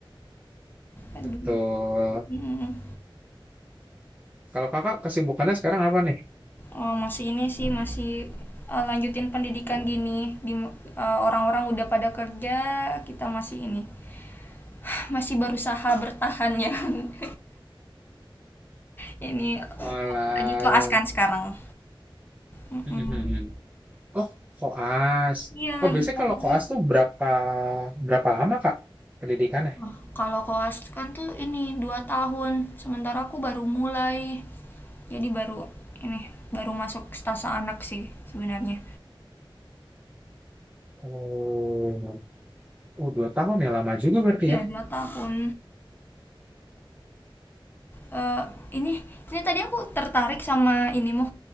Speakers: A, on the left (about 20°); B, on the right (about 15°).
A: Aduh.
B: Betul.
A: Mm.
B: Kalau kakak kesibukannya sekarang apa nih?
A: Oh, masih ini sih masih eh, lanjutin pendidikan gini di eh, orang-orang udah pada kerja, kita masih ini <sighs> masih berusaha bertahan ya. <laughs> Ini
B: Olah.
A: lagi koas kan sekarang. Mm-mm.
B: <laughs> Oh, koas.
A: Iya
B: Oh,
A: lagi
B: biasanya
A: koas.
B: kalau koas tuh berapa berapa lama, Kak, pendidikannya?
A: Wah, kalau koas kan tuh ini dua tahun, sementara aku baru mulai. Jadi baru ini baru masuk stase anak sih sebenarnya.
B: Oh, oh dua tahun ya lama juga berarti
A: Ya
B: ya.
A: dua tahun. Eh ini ini tadi aku tertarik sama inimu.